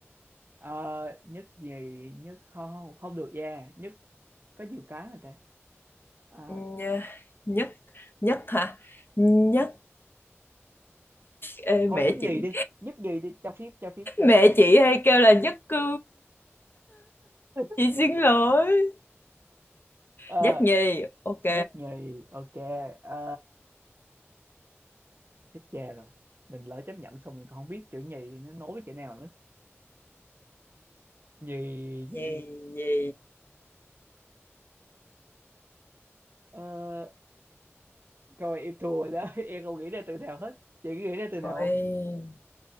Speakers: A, on the right; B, on the left.
A: Ờ, nhất gì nhất không không, không được yeah nhất có nhiều cái mà ta Ờ,
B: Ừ, nhất nhất hả nhất ê,
A: thôi
B: mẹ
A: nhất nhì
B: chị
A: đi nhất nhì đi cho phép cho phép cho
B: Mẹ
A: phép nhất
B: chị
A: nhì
B: hay kêu là nhất cư
A: <laughs>
B: Chị xin lỗi
A: Ờ,
B: Nhất nhì Ok
A: nhất nhì ok Ờ, chết cha rồi mình lỡ chấp nhận xong mình còn không biết chữ nhì nó nối với chữ nào nữa nhì nhì
B: Nhì nhì
A: Ờ, rồi em thua rồi đó <laughs> em không nghĩ ra từ nào hết chị nghĩ ra từ nào
B: Ôi
A: không